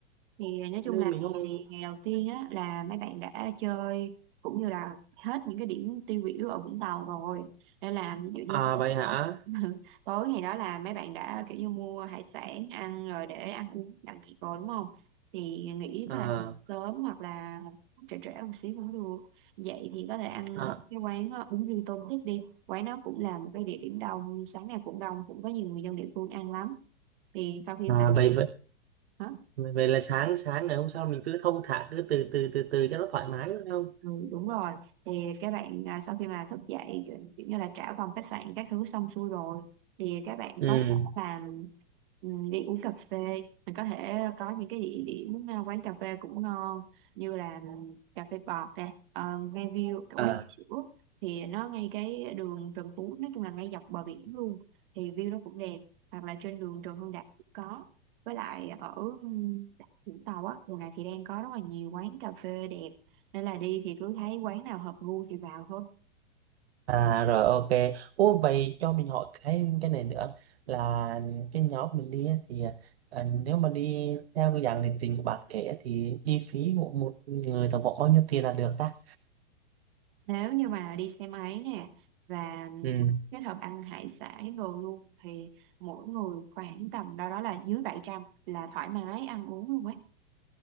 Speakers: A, on the right; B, on the right.
A: Thì nói chung
B: nên
A: là
B: mình không
A: ngày ngày đầu tiên á là mấy bạn đã chơi cũng như là hết những cái điểm tiêu biểu ở Vũng Tàu rồi nên là ví dụ như
B: à
A: tối
B: vậy hả
A: đó <laughs> tối ngày đó là mấy bạn đã kiểu như mua hải sản ăn rồi để ăn uống đặng thịt rồi đúng không thì nghĩ
B: à,
A: có thể sớm hoặc là trễ trễ một xíu cũng được vậy thì có thể ăn
B: à,
A: thật cái quán đó, bún riêu tôm tích đi quán đó cũng là một cái địa điểm đông sáng nào cũng đông cũng có nhiều người dân địa phương ăn lắm thì sau khi
B: à
A: mà
B: vậy
A: hả?
B: Vậy là sáng sáng ngày hôm sau mình cứ thong thả cứ từ từ từ từ cho nó thoải mái đúng không?
A: Ừ, đúng rồi thì các bạn à, sau khi mà thức dậy kiểu kiểu như là trả phòng khách sạn các thứ xong xuôi rồi thì các bạn
B: Ừ.
A: có thể làm ừm, đi uống cà phê mình có thể có những cái địa điểm à, quán cà phê cũng ngon như là ừm, cà phê bọt nè ờ, ngay view cả quán
B: À,
A: sữa thì nó ngay cái đường Trần Phú nói chung là ngay dọc bờ biển luôn thì view nó cũng đẹp hoặc là trên đường Trần Hưng Đạo cũng có với lại ở ừm, Vũng Tàu á mùa này thì đang có rất là nhiều quán cà phê đẹp nên là đi thì cứ thấy quán nào hợp gu thì vào thôi
B: à rồi ok. Ô vậy cho mình hỏi cái cái này nữa là cái nhóm mình đi á thì à, nếu mà đi theo cái dạng định tình của bạn kể á thì chi phí một một người tổng cộng bao nhiêu tiền là được ta?
A: nếu như mà đi xe máy nè và
B: Ừ.
A: kết hợp ăn hải sản đồ luôn thì mỗi người khoảng tầm đâu đó là dưới 700 là thoải mái ăn uống luôn ấy